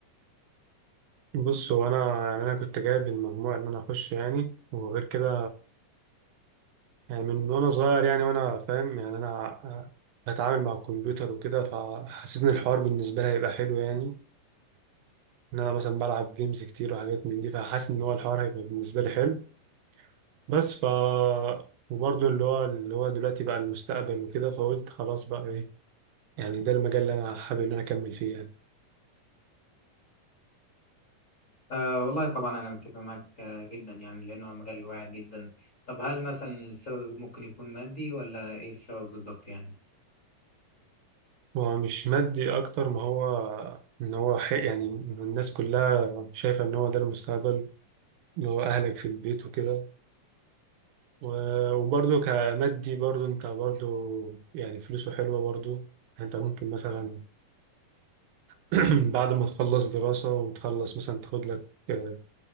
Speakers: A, on the right; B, on the left.
A: بص هو انا يعني انا كنت جايب المجموع ان انا اخش يعني وغير كده يعني من وانا صغير يعني وانا فاهم يعني انا آه، بتعامل مع الكمبيوتر وكده فحاسس ان الحوار بالنسبه لي هيبقى حلو يعني ان انا مثلا بلعب جيمز كتير وحاجات من دي فحاسس ان هو الحوار هيبقى بالنسبه لي حلو بس ف وبرضه اللي هو اللي هو دلوقتي بقى المستقبل وكده فقلت خلاص بقى ايه يعني ده المجال اللي انا حابب ان انا اكمل فيه يعني
B: أه والله طبعا أنا متفق معاك آه، جدا يعني لأنه مجال واعد جدا طب هل مثلا السبب ممكن يكون مادي ولا إيه السبب بالظبط يعني؟
A: هو مش مادي اكتر ما هو ان هو حق يعني الناس كلها شايفه ان هو ده المستقبل اللي هو اهلك في البيت وكده و- وبرضه كمادي برضه انت برضه يعني فلوسه حلوة برضه يعني انت ممكن مثلا <clears throat> بعد ما تخلص دراسة وتخلص مثلا تاخد لك آه،